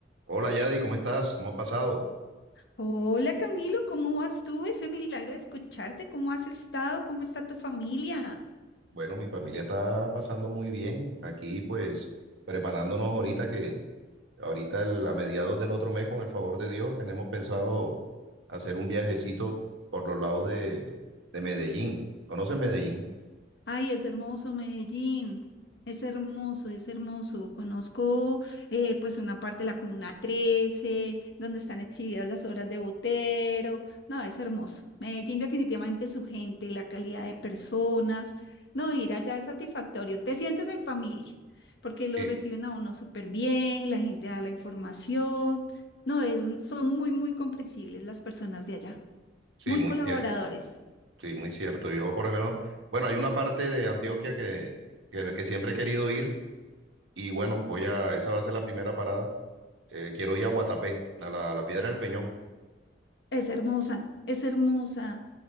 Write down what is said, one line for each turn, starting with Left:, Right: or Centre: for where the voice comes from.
Right: Hola Yadi, ¿cómo estás? ¿Cómo has pasado?
Left: Hola Camilo, ¿cómo vas tú? Ese milagro de escucharte, ¿cómo has estado? ¿Cómo está tu familia?
Right: Bueno, mi familia está pasando muy bien. Aquí pues preparándonos ahorita que ahorita el- a mediados del otro mes, con el favor de Dios, tenemos pensado hacer un viajecito por los lados de, de Medellín. ¿Conoces Medellín?
Left: Ay, es hermoso Medellín. Es hermoso, es hermoso. Conozco eh, pues una parte de la Comuna 13, donde están exhibidas las obras de Botero. No, es hermoso. Medellín definitivamente su gente, la calidad de personas. No, ir allá es satisfactorio. Te sientes en familia, porque lo
Right: Sí,
Left: reciben a uno súper bien, la gente da la información. No, es, son muy, muy comprensibles las personas de allá,
Right: sí,
Left: muy
Right: muy
Left: colaboradores.
Right: cierto. Sí, muy cierto. Yo por lo menos, bueno, hay una parte de Antioquia que, que, que siempre he querido ir y bueno, voy a, esa va a ser la primera parada. Eh, quiero ir a Guatapé, a la, a la Piedra del Peñón.
Left: Es hermosa, es hermosa.